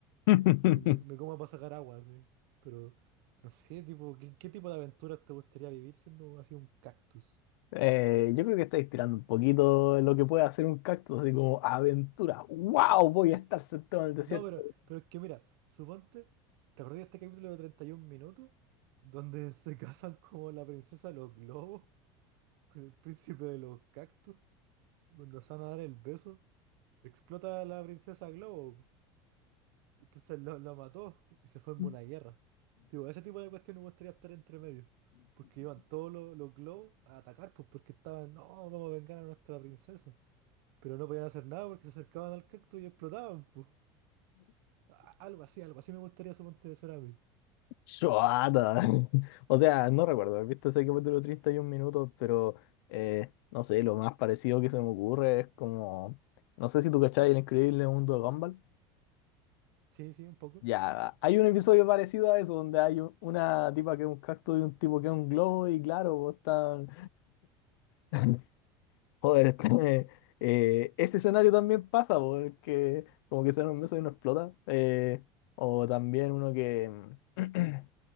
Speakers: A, on the left (about 75°); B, on the right (about 65°).
A: <laughs>
B: Y me, me coma para sacar agua, así. Pero, no sé, tipo, ¿qué, qué tipo de aventuras te gustaría vivir siendo así un cactus?
A: Eh, yo creo que estáis tirando un poquito lo que puede hacer un cactus, así como aventura. ¡Wow! Voy a estar sentado en el desierto.
B: No, pero, pero es que mira, suponte, ¿te acordás de este capítulo de 31 minutos? Donde <laughs> se casan como la princesa de los globos con el príncipe de los cactus. Y cuando se van a dar el beso, Explota a la princesa Globo. Entonces lo, lo mató y se forma
A: durante
B: una guerra. Digo, ese tipo de cuestiones me gustaría estar entre medio. Porque iban todos los, los globos a atacar, pues porque estaban, no, vamos a vengar a nuestra princesa. Pero no podían hacer nada porque se acercaban al cactus y explotaban, pues. A- Algo así, algo así me gustaría suponte ser a mí.
A: Chuata. <laughs> O sea, no recuerdo haber visto ese capítulo 31 minutos, pero eh, no sé, lo más parecido que se me ocurre es como. No sé si tú cachai el increíble mundo de Gumball.
B: Sí, sí, un poco.
A: Ya, hay un episodio parecido a eso, donde hay un- una tipa que es un cactus y un tipo que es un globo, y claro, vos están. <laughs> Joder, este, eh, eh, ese escenario también pasa, porque como que se un beso y no explota. Eh, o también uno que. <clears throat>